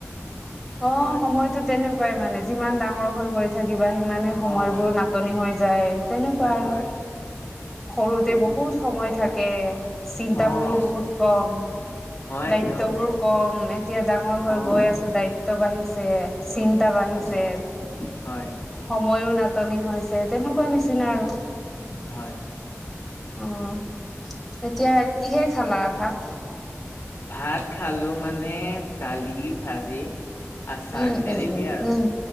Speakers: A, in the centre; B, on the left.
A: অ',
B: হয়
A: সময়তো তেনেকুৱাই মানে যিমান ডাঙৰ হৈ গৈ- থাকিবা সিমানে সময়বোৰ
B: অ',
A: নাটনি হৈ যায় তেনেকুৱা
B: হয় হয়
A: আৰু। সৰুতে
B: সেইটোৱে
A: বহুত সময় থাকে, চিন্তাবোৰো
B: অ',
A: বহুত কম।
B: হয়
A: দায়িত্ববোৰ
B: দিয়ক
A: কম, এতিয়া ডাঙৰ হৈ
B: অ',
A: গৈ আছে দায়িত্ব বাঢ়িছে- চিন্তা বাঢ়িছে।
B: পাছ হয়
A: সময়ো নাটনি হৈছে তেনেকোৱা নিচিনা আৰু
B: নোৱাৰে।
A: উম এতিয়া কিহে খালা ভাত?
B: ভাত খালো মানে দালি ভাজি আচাৰ
A: উম
B: তেনেকেই
A: উম উম
B: আৰু
A: উম